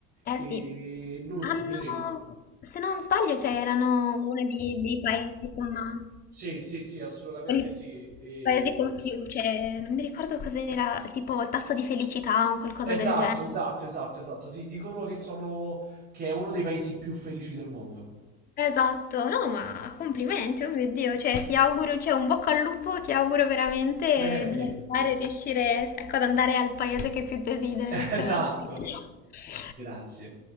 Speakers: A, on the left; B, on the right.
A: Eh
B: E
A: sì,
B: non lo
A: hanno,
B: so, vedremo.
A: se non sbaglio, c'erano uno di- dei paesi, insomma,
B: Sì, sì, sì, assolutamente
A: quelli
B: sì. E-
A: paesi con più, cioè, non mi ricordo cos'era, tipo il tasso di felicità o qualcosa
B: Esatto,
A: del genere.
B: esatto, esatto, esatto. Sì, dicono che sono che è uno dei paesi più felici del mondo.
A: Esatto, no, ma complimenti, oh mio Dio, cioè, ti auguro, cioè, un bocca al lupo, ti auguro veramente
B: Crepi.
A: di arrivare, riuscire, ecco, ad andare al paese che più desideri,
B: <laughs> Esatto.
A: lo spero davvero.
B: Grazie.